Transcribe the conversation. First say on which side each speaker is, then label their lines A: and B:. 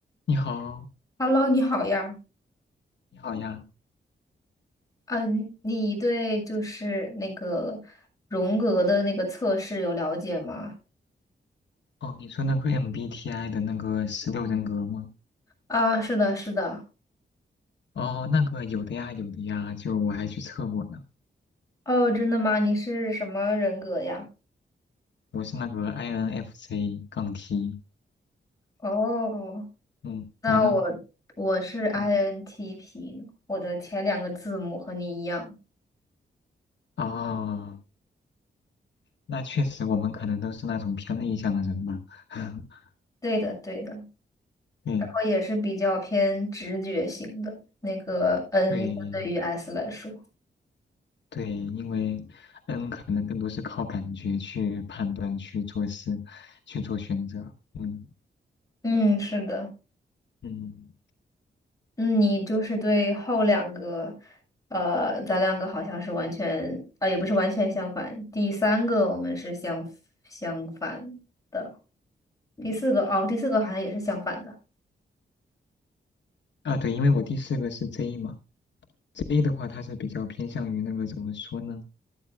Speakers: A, on the left; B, on the left.
A: 你好，
B: Hello，你好呀。
A: 你好呀。
B: 嗯，你对就是那个荣格的那个测试有了解吗？
A: 哦，你说那个 MBTI 的那个十六人格吗？
B: 啊，是的，是的。
A: 哦，那个有的呀，有的呀，就我还去测过呢。
B: 哦，真的吗？你是什么人格呀？
A: 我是那个 INFJ 杠 T。
B: 哦，
A: 嗯，
B: 那我我是
A: 你呢？
B: INTP，
A: 嗯，
B: 我的前两个字母和你一样。
A: 哦，那确实，我们可能都是那种偏内向的人吧。<laughs>
B: 对的，对的。
A: 对
B: 然后也是比较偏直觉型的，那个 N
A: 对
B: 相对于 S 来说。
A: 对，因为 N 可能更多是靠感觉去判断、去做事、去做选择。嗯
B: 嗯，是的。
A: 嗯，
B: 嗯，你就是对后两个，呃，咱两个好像是完全啊，也不是完全相反。第三个我们是相相反的，第四个哦，第四个好像也是相反的。
A: 啊，对，因为我第四个是 J 嘛。A 的话，它是比较偏向于那个怎么说呢？